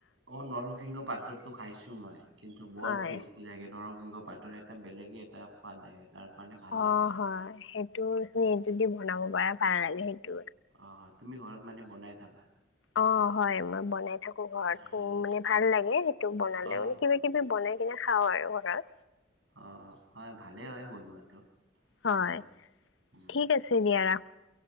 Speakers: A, on the right (about 85°); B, on the left (about 80°).
A: অ নৰসিংহ পাতৰটো খাইছো মই কিন্তু বৰ
B: হয়
A: টেষ্টি লাগে নৰ সিংহ পাতৰ এটা বেলেগে এটা সোৱাদ আহে। তাৰ কাৰণে ভাল
B: অ
A: লগা
B: হয় সেইটো এইটোদি বনাব পাৰা ভাল লাগে সেইটো।
A: অ তুমি ঘৰত মানে বনাই থাকা।
B: অ' হয়। মই বনাই থাকো ঘৰত।
A: অ'
B: উম মানে ভাল লাগে সেইটো বনালে,
A: অ' অ'
B: মানে কিবা-কিবি বনাই কিনে খাওঁ আৰু ঘৰত।
A: অ' হয়। ভালে হয় বনোৱাটো।
B: হয়,
A: বাৰু। উম,
B: ঠিক আছে দিয়া, ৰা